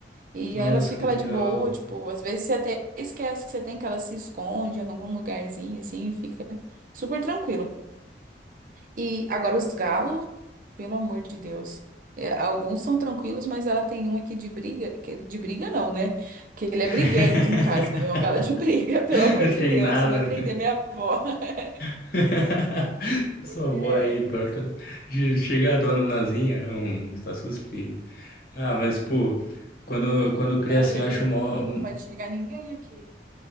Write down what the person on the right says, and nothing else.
E
aí elas ficam
lá de boa, tipo, às vezes você até esquece que você tem, que elas se escondem em algum lugarzinho, assim, e fica super tranquilo. E agora os galos, pelo amor de Deus. É, alguns são tranquilos, mas ela tem um aqui de briga, que de briga não, né? Que ele
é briguento, no caso, né? Não é um galo de briga, <laughs> pelo amor
de Deus,
vai prender minha avó. <laughs>
Ele
é.
Não,
ele
é briguento,
não pode chegar ninguém aqui.